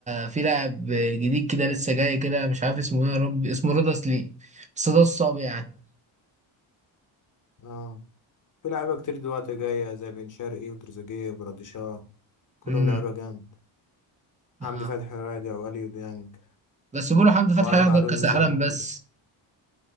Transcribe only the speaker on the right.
في لاعب جديد كده لسه جاي كده مش عارف اسمه ايه يا رب اسمه رضا سليم بس ده الصعب يعني
امم
آه.
بس بيقولوا حمدي فتحي
هيحضر
كاس
العالم
بس